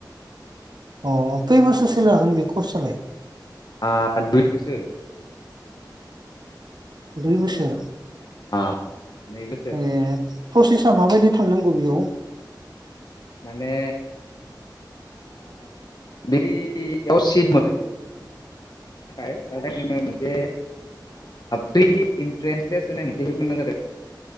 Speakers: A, on the right; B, on the left.
A: अ खै बोसोरसो जागोन बे कर्सलाय?
B: ओ दुइ बोसोर।
A: दुइ बोसोर?
B: आ नै बोसोर
A: ए प्रसेसा माबायदि थांनांगौ बेयाव?
B: माने बेयाव ओ सिट मोनो थाखाय जोंनो मोनसे फ्रि इन्ट्रेन्स टेस्ट होननाय मोनसे होग्रोनां जादों